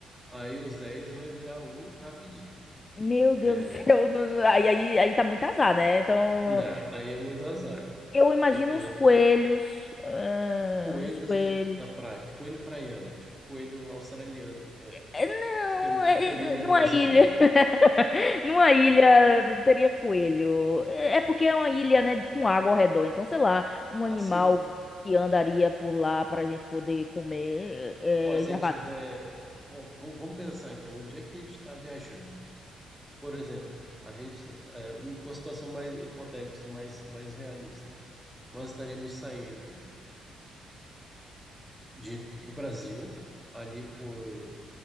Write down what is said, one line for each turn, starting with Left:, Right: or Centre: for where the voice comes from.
Centre: Aí os 10 vai virar um rapidinho.
Left: Meu Deus
Centre: É,
Left: do céu, <laughs> não- não- aí, aí, aí tá muito azar, né? Então,
Centre: não, aí é muito azar.
Left: eu imagino
Centre: Porque
Left: uns coelhos, ah,
Centre: coelhos
Left: uns coelhos.
Centre: do, da praia, coelho praiano, tipo coelho australiano, que, é,
Left: É, Não,
Centre: que tem um
Left: é, é,
Centre: pelinho meio
Left: é, numa
Centre: bronzeado.
Left: ilha, <laughs> numa ilha não teria coelho. É é porque é uma ilha, né, com água ao redor. Então, sei lá, um
Centre: Assim,
Left: animal que andaria por lá pra gente poder comer, é,
Centre: Ó, se
Left: é, javali.
Centre: a gente tiver. ó, vamos, vamos pensar então, onde é que a gente está viajando? Por exemplo, a gente. é, uma situação mais hipotética, assim, mais, mais realista. Nós estaremos saindo de, do Brasil, ali por,